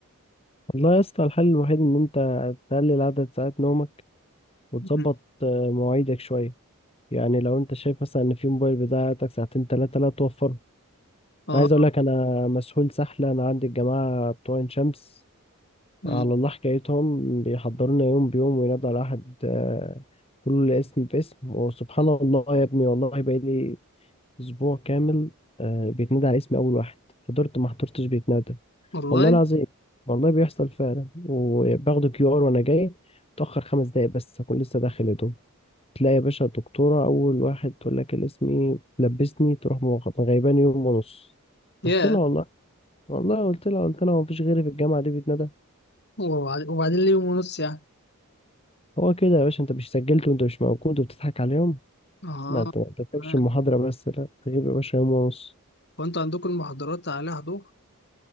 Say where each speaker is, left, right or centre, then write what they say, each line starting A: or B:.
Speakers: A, on the left (about 25°); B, on the left (about 50°).
A: والله يا اسطى الحل الوحيد ان انت تقلل عدد ساعات نومك وتظبط
B: مم.
A: آه، مواعيدك شويه يعني لو انت شايف مثلا ان في موبايل بتاعتك ساعتين ثلاثه لا توفره
B: اه
A: انا عايز اقول لك انا مسحول سحله انا عندي الجماعه بتوع عين شمس
B: مم.
A: على الله حكايتهم بيحضرونا يوم بيوم وينادوا على احد آه، كل اسم باسم وسبحان الله يا ابني والله بقالي اسبوع كامل آه، بيتنادى على اسمي اول واحد حضرت ما حضرتش بيتنادى
B: والله
A: والله العظيم والله بيحصل فعلا وباخده كيو ار وانا جاي اتاخر خمس دقايق بس هكون لسه داخل يا دوب تلاقي يا باشا الدكتوره اول واحد تقول لك الاسم ايه تلبسني تروح مغ- غيباني يوم ونص
B: يا
A: رحت لها والله والله قلت لها قلت لها مفيش غيري في الجامعه دي بيتندى
B: وبعد- وبعدين ليه يوم ونص يعني
A: هو كده يا باشا انت مش سجلت وانت مش موجود وبتضحك عليهم
B: اه
A: ما ت- ما تكتبش
B: تمام.
A: المحاضره بس لا تغيب يا باشا يوم ونص
B: وانتوا عندكم المحاضرات عليها حضور